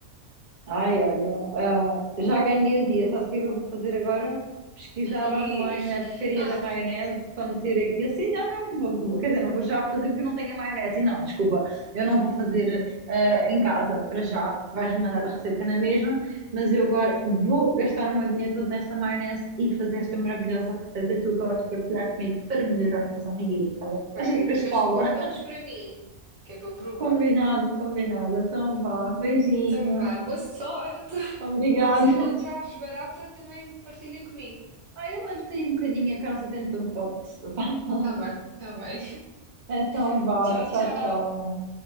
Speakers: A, on the right; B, on the right.
A: Ai, olha, ah, já ganhei o dia. Sabe o que é que eu vou fazer agora? Pesquisar
B: Onigiris.
A: online a porcaria
B: Ah,
A: da maionese para meter aquilo. Sim, não, não, vou- quer dizer, não vou já fazer porque eu não tenho a maionese. E não, desculpa, eu não vou fazer ah, em casa para já. Vais-me mandar a receita na mesma, mas eu agora vou gastar o meu dinheiro todo nesta maionese e fazer esta maravilhosa receita que tu acabaste de partilhar comigo para melhorar os meus onigiris, está bem? <laughs>
B: vai.
A: A gente depois
B: Mas
A: fala.
B: guarda uns para mim, que é para eu provar.
A: Combinado, combinado. Então vá, beijinhos.
B: Então vá, boa sorte.
A: Obrigada.
B: <laughs> Se encontrares
A: <laughs>
B: barata, também partilha comigo.
A: Ah, eu levo-te aí um bocadinho a casa dentro de um pote. <laughs>
B: Tá bem, tá bem.
A: Então
B: <laughs>
A: vá,
B: Tchau,
A: tchau,
B: tchau.
A: tchau.